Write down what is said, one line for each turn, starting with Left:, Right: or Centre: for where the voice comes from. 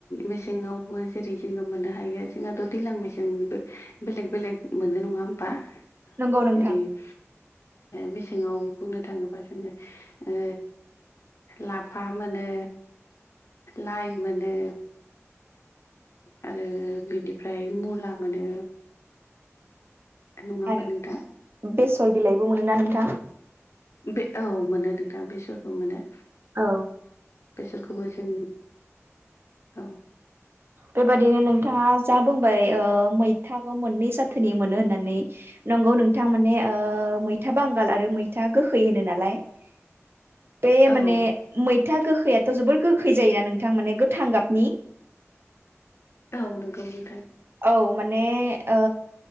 Left: मेसेङावबो जेरै जोङो मोननो हायो जोंहाथ' दैलां मेसें बेलेग बेलेग मोनो नङा होमबा
Right: नंगौ नोंथां
Left: जेरै ओ मेसेङाव बुंनो थाङोबा जोङो ओ लाफा मोनो लाइ मोनो। आरो बिनिफ्राय मुला मोनो। नङा होमबा
Right: आरो
Left: नोंथां?
Right: बेसर बिलाइबो मोनो ना नोंथां?
Left: बे औ मोनो नोंथां बेसरबो मोनो।
Right: औ।
Left: बेसरखौबो जों औ।
Right: बेबादिनो नोंथाङा जा बुंबाय ओ मैथाखौ मोननै जाथोनि मोनो होननानै नंगौ नोंथां माने ओ मैथा बांगाल आरो मैथा गोखै होनो नालाय। <inaudible> बे माने
Left: औ
Right: मैथा गोखैयाथ' जोबोर गोखै जायोना नोंथां माने गोथां गाबनि?
Left: औ नोंगौ नोंथां।
Right: औ माने ओ